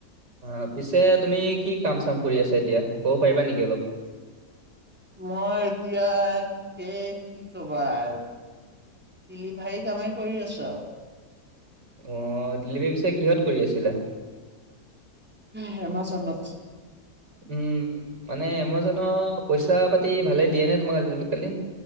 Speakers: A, on the right (about 85°); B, in the centre.
A: অ পিছে তুমি কি কাম চাম কৰি আছা এতিয়া ক'ব পাৰিবা নেকি অলপ।
B: মই এতিয়া কে কি ক'বা আৰু। ডিলিভাৰী কামেই কৰি আছোঁ আৰু।
A: অঁ', ডেলিভাৰী পিচে কিহত কৰি আছিলা?
B: উম, এমাজনত।
A: উম, মানে এমাজনৰ পইচা পাতি ভালে দিয়ে নে তোমাক আজ কালি?